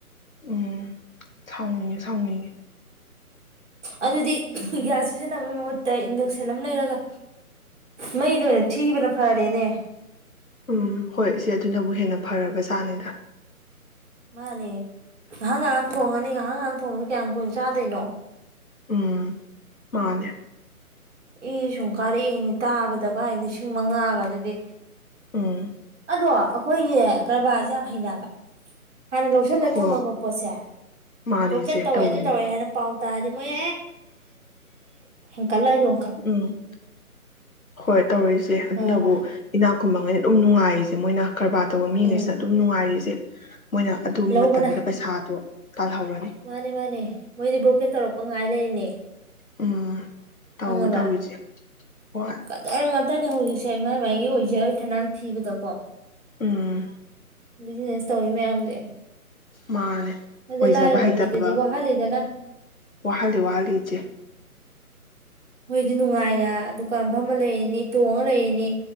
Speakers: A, on the left; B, on the right.
A: ꯎꯝ ꯁꯥꯎꯅꯤꯡꯉꯦ - ꯁꯥꯎꯅꯤꯡꯉꯦ꯫
B: ꯑꯗꯨꯗꯤ ꯒ꯭ꯌꯥꯁ ꯁꯤꯖꯤꯟꯅꯕꯒꯤ ꯃꯍꯨꯠꯇ ꯏꯟꯗꯛꯁꯟ ꯑꯃ ꯂꯩꯔꯒ ꯃꯩꯗ ꯑꯣꯏꯅ ꯊꯤꯕꯅ ꯐꯔꯦꯅꯦ
A: ꯎꯝ ꯍꯣꯏ ꯏꯆꯦ ꯑꯗꯨꯅꯕꯨ ꯍꯦꯟꯅ ꯐꯔꯕꯖꯥꯠꯅꯤꯗ
B: ꯃꯥꯅꯦ ꯉꯥꯏꯍꯥꯛ ꯉꯥꯏꯍꯥꯛ ꯊꯣꯡꯉꯅꯤ ꯉꯥꯏꯍꯥꯛ ꯉꯥꯏꯍꯥꯛ ꯊꯣꯡꯕꯅꯤ ꯀꯌꯥꯝ ꯀꯨꯏꯅ ꯆꯥꯗꯣꯏꯅꯣ
A: ꯎꯝ ꯃꯥꯅꯦ
B: ꯏ ꯁꯨꯝ ꯀꯥꯔꯛꯑꯦꯅꯦ ꯇꯥꯕꯗꯀꯥꯏ ꯂꯤꯁꯤꯡ ꯃꯉꯥꯒ ꯑꯗꯨꯗꯤ
A: ꯎꯝ
B: ꯑꯗꯣ ꯑꯩꯈꯣꯏꯒꯤ ꯀꯔꯕꯥꯔꯁꯦ ꯌꯥꯝ ꯍꯩꯅꯕ ꯍꯥꯟꯅ ꯂꯧꯁꯤꯜꯂꯒ
A: ꯍꯣ
B: ꯊꯝꯃꯝꯕ ꯄꯣꯠꯁꯦ
A: ꯃꯥꯅꯦ
B: ꯕ꯭ꯔꯣꯀꯦꯠ
A: ꯏꯆꯦ
B: ꯇꯧꯋꯦ
A: ꯇꯧꯔꯤꯅꯦ
B: ꯑꯗꯨ ꯇꯧꯋꯦ ꯍꯥꯏꯅ ꯄꯥꯎꯟ ꯇꯥꯗꯤ ꯃꯣꯦ ꯏꯪ ꯀꯜꯂ ꯍꯥꯏꯣ
A: ꯎꯝ ꯍꯣꯏ ꯇꯧꯔꯛꯏꯁꯦ ꯑꯗꯨꯅꯕꯨ
B: ꯈꯪꯉꯕ
A: ꯏꯅꯥꯛ ꯀꯨꯝꯕꯉꯩꯅ ꯑꯗꯨꯝ ꯅꯨꯡꯉꯥꯏꯔꯤꯁꯦ ꯃꯣꯏꯅ ꯀꯔꯕꯥꯔ ꯇꯧꯕ ꯃꯤꯉꯩꯁꯤꯗ
B: ꯎꯝ
A: ꯑꯗꯨꯝ ꯅꯨꯡꯉꯥꯏꯔꯤꯁꯦ ꯃꯣꯏꯅ ꯑꯗꯨꯒꯤ
B: ꯂꯧꯕꯅ
A: ꯃꯇꯝꯗꯨꯗ ꯄꯩꯁꯥꯗꯣ ꯇꯥꯜꯍꯧꯔꯅꯤ
B: ꯃꯥꯅꯦ ꯃꯥꯅꯦ ꯃꯣꯏꯗꯤ ꯕ꯭ꯔꯣꯀꯦꯠ ꯇꯧꯔꯛꯄ ꯉꯥꯏ ꯂꯩ ꯇ
A: ꯎꯝ ꯇꯧꯋꯤ
B: ꯈꯪꯉꯕ
A: ꯇꯧꯋꯤꯁꯦ ꯍꯣꯏ
B: ꯀꯗꯥꯏ ꯉꯥꯛꯇꯅꯦ ꯍꯧꯖꯤꯛꯁꯦ ꯁꯨꯃꯥꯏꯒꯤ ꯑꯣꯏꯖ ꯑꯣꯏꯊꯅꯥꯟ ꯊꯤꯕꯗꯀꯣ
A: ꯎꯝ
B: ꯕꯤꯖꯤꯅꯦꯁ ꯇꯧꯋꯤ ꯃꯌꯥꯝꯁꯦ
A: ꯃꯥꯅꯦ
B: ꯑꯗꯣ
A: ꯑꯣꯏꯖꯕ
B: ꯂꯥꯏꯔꯕ
A: ꯍꯩꯇꯕ
B: ꯃꯤꯗꯗꯤ ꯋꯥꯍꯜꯂꯤꯗꯅ
A: ꯋꯥꯍꯜꯂꯤ ꯋꯥꯍꯜꯂꯤ ꯏꯆꯦ
B: ꯃꯣꯏꯗꯤ ꯅꯨꯡꯉꯥꯏꯔ ꯗꯨꯀꯥꯟ ꯝ ꯑꯃ ꯂꯩꯔꯤꯅꯤ ꯇꯣꯡꯉ ꯂꯩꯔꯤꯅꯤ